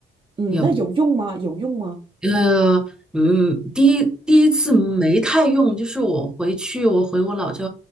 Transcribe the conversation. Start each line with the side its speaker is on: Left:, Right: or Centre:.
Right: 嗯，
Centre: 有。
Right: 那有用吗？有用吗？
Centre: 呃，嗯，第一第一次没太用，就是我回去，我回我老家，